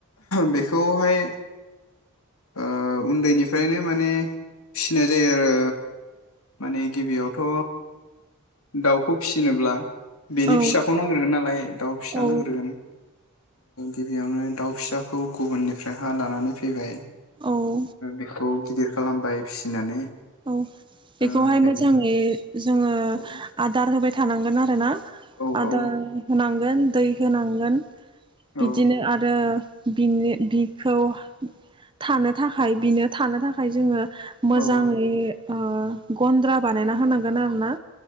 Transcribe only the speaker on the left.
बे खौहाय ओ उन्दैनिफ्रायनो माने फिसिनाय जायो आरो माने गिबियावथ' दाउखौ फिसिनोब्ला बेनि
फिसाखौ नांग्रोन नालाय दाउ फिसा
नांग्रोगोन गिबियावनो दाउ फिसाखौ गुबुननिफ्राय हा लानानै फैबाय,
बेखौ गिदिर खालामबाय फिसिनानै
ओ बेनि
औ
औ
औ
औ
औ